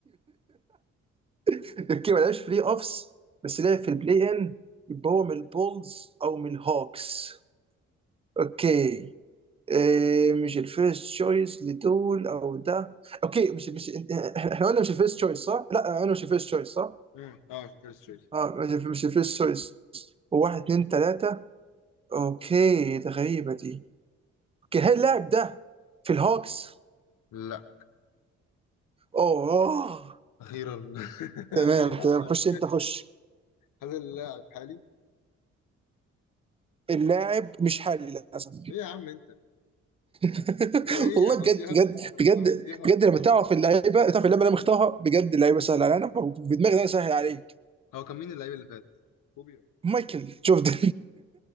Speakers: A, on the right (about 15°); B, on the left (about 60°).
A: تركيا ما لعبش في بلاي اوفس بس لعب في البلاي ان يبقى هو من البولز او من الهوكس اوكي إيه مش الفيرست تشويس لدول او ده اوكي مش مش احنا قلنا مش الفيرست تشويس صح؟ لا قلنا مش الفيرست تشويس صح؟
B: مم. اه فكرة ستريت
A: اه مش مش الفيرست تشويس واحد اتنين تلاتة اوكي ده غريبة دي اوكي هل اللاعب ده في الهوكس؟
B: لا
A: اوه أوه.
B: اخيرا <laughs>
A: تمام
B: اخيرا
A: تمام
B: هسأل
A: خش انت خش
B: هل اللاعب حالي
A: اللاعب مش حالي للاسف
B: ايه يا عم انت
A: <laughs>
B: هو ايه
A: <applause> والله
B: هنقضيها
A: بجد بجد بجد
B: هنقضيها
A: بجد لما تعرف اللعيبه تعرف اللعيبه اللي انا مختارها بجد اللعيبه سهله عليا انا في دماجي انا سهل عليك
B: هو كان مين اللعيب اللي فات كوبي ولا
A: مايكل جوردن